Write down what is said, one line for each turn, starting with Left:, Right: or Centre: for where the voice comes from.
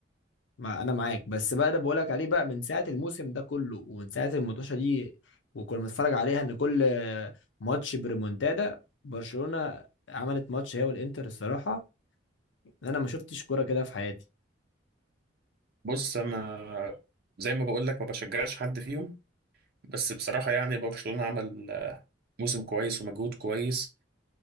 Left: ما انا معاك بس بقى ده بقولك عليه بقى من ساعه الموسم ده كله ومن ساعه المطوشه دي وكنا بنتفرج عليها ان كل ماتش بريمونتادا برشلونه عملت ماتش هي والانتر الصراحه انا ما شفتش كوره كده في حياتي
Right: بص انا زي ما بقول لك ما بشجعش حد فيهم بس بصراحه يعني برشلونه عمل آه، موسم كويس ومجهود كويس